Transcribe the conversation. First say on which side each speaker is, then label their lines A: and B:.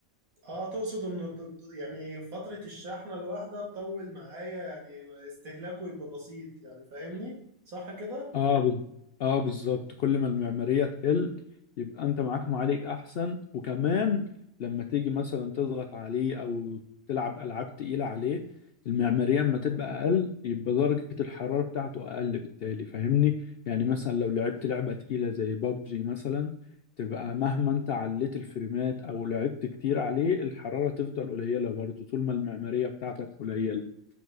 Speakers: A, on the right; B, on the left.
A: اه تقصد انه ت- ت- يعني فترة الشحنة الواحدة تطول معايا يعني استهلاكه يبقى بسيط يعني فاهمني صح كده
B: اه بال- اه بالظبط كل ما المعماريه تقل يبقى انت معاك معالج احسن وكمان لما تيجي مثلا تضغط عليه او تلعب العاب تقيله عليه المعماريه اما تبقى اقل يبقى درجه الحراره بتاعته اقل بالتالي فاهمني يعني مثلا لو لعبت لعبه تقيله زي بابجي مثلا تبقى مهما انت عليت الفريمات او لعبت كتير عليه الحراره تفضل قليله برضه طول ما المعماريه بتاعتك قليله